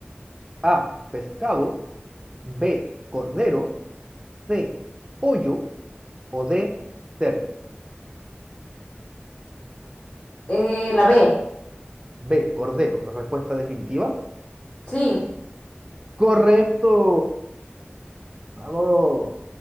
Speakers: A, on the right; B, on the left.
A: A, pescado, B, cordero, C, pollo o D, cerdo.
B: Eh, la B.
A: B, cordero, respuesta definitiva.
B: Sí.
A: Correcto. Vamos.